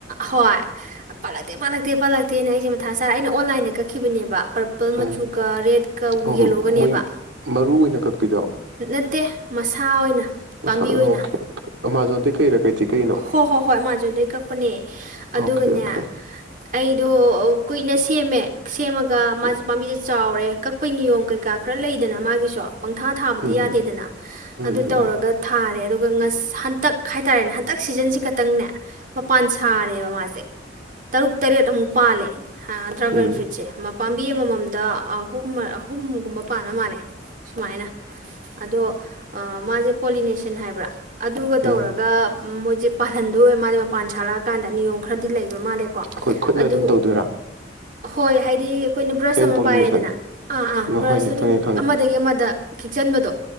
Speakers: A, on the right; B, on the right.
A: ꯍꯣꯏ ꯄꯂꯛꯇꯦ ꯄꯂꯛꯛꯇꯦ ꯄꯂꯛꯇꯦ ꯑꯦꯅ ꯑꯩꯁꯦ ꯃꯊꯥ ꯁꯥꯥꯔ ꯑꯩꯅ ꯑꯣꯟꯂꯥꯏꯟꯗ ꯀꯛꯈꯤꯕꯅꯦꯕ ꯄꯔꯄꯜ
B: ꯎꯝ
A: ꯃꯆꯨꯒ ꯔꯦꯗꯀ
B: ꯑꯣ
A: ꯌꯦꯜꯂꯣꯒꯅꯦꯕ
B: ꯃꯣꯏ ꯃꯔꯨ ꯑꯣꯏꯅ ꯀꯛꯄꯤꯗꯣ
A: ꯅꯠꯇꯦ ꯚ ꯃꯁꯥ ꯑꯣꯏꯅ ꯄꯥꯝꯕꯤ
B: ꯁꯥꯅꯥ
A: ꯑꯣꯏꯅ
B: ꯃꯑꯣꯡ ꯑꯃꯥꯖꯣꯟꯗꯤ ꯀꯩꯔꯥ ꯀꯩꯊ ꯀꯩꯅꯣ
A: ꯍꯣꯏ ꯍꯣꯏ ꯍꯣꯏ ꯑꯦꯥꯃꯥꯖꯣꯟꯗꯗꯒꯤ ꯀꯛꯄꯅꯦ
B: ꯑꯣꯀꯦ
A: ꯑꯗꯨꯒꯅꯦ
B: ꯑꯣꯀꯦ
A: ꯑꯩꯗꯣ ꯀꯨꯏꯅ ꯁꯦꯝꯃꯦ ꯁꯦꯝꯃꯛ ꯃꯥ
B: ꯎꯝ
A: ꯄꯝꯕꯤ ꯆꯥꯎꯔꯦ ꯀꯛꯄꯩ ꯅꯤꯌꯣꯝ ꯀꯩꯀꯥ ꯈꯔ ꯂꯩꯗꯅ ꯃꯥꯒꯤꯁꯨ ꯄꯪꯊꯥ ꯊꯥꯕꯗꯤ
B: ꯎꯝ
A: ꯌꯥꯗꯦꯗꯅ
B: ꯎꯝ
A: ꯑꯗꯨ
B: ꯎꯝ
A: ꯇꯧꯔꯒ ꯊꯥꯔꯦ ꯑꯗꯨ ꯉꯥ ꯍꯟꯇꯛ ꯍꯥꯏꯇꯥꯔꯦꯅꯦ ꯍꯟꯇꯛ ꯁꯤꯖꯟꯁꯤꯦ ꯈꯛꯇꯪꯅꯦ ꯃꯄꯥꯟ ꯁꯥꯔꯦꯕ ꯃꯥꯁꯦ ꯇꯔꯨꯛ ꯇꯔꯦꯠ ꯑꯃꯨꯛ ꯄꯥꯜꯂꯦ ꯁꯥ ꯗ꯭ꯔꯒꯟ
B: ꯎꯝ
A: ꯑꯩ ꯐ꯭ꯔꯨꯠꯁꯦ ꯄꯥꯝꯕꯤ ꯑꯃꯃꯝꯗ ꯑꯍꯨꯝ ꯑꯍꯨꯝꯒꯨꯝꯕ ꯄꯥꯟꯕꯥꯟ ꯃꯥꯜꯂꯦ ꯁꯨꯃꯥꯏꯅ ꯑꯗꯣ ꯃꯥꯁꯦ ꯄꯣꯂꯤꯅꯦꯁꯟ ꯍꯥꯏꯕ꯭ꯔ ꯑꯗꯨꯒ ꯇꯧꯔꯒ
B: ꯎꯝ
A: ꯃꯣꯏꯁꯦ ꯄꯥꯜꯍꯟꯗꯣꯏꯋꯦ ꯃꯥꯂꯦ ꯃꯄꯥꯟ ꯁꯥꯠꯂꯛꯑꯀꯥꯟꯗ ꯅꯤꯌꯣꯝ ꯈꯔꯗꯤ ꯂꯩꯕ ꯄꯕ ꯃꯥꯜꯂꯦꯀꯣ
B: ꯑꯩꯈꯣꯏ ꯈꯨꯠꯅ
A: ꯑꯗꯨ
B: ꯑꯗꯨꯝ ꯇꯧꯗꯣꯏꯔꯥ
A: ꯍꯣꯏ ꯍꯥꯏꯗꯤ ꯑꯩꯈꯣꯏꯅ ꯕ꯭ꯔꯁ
B: ꯍꯦꯟ
A: ꯑꯃ
B: ꯄꯣꯂꯤꯅꯦꯁꯟ
A: ꯄꯥꯏꯔꯦꯗꯅ ꯑꯥ ꯑꯥ ꯕ꯭ꯔꯁ
B: ꯍꯣꯏꯅꯦ ꯈꯪꯉꯦ
A: ꯑꯗꯨꯝ
B: ꯈꯪꯉꯦ
A: ꯑꯃꯗꯒꯤ ꯑꯃꯗ ꯈꯤꯛꯆꯟꯕꯗꯣ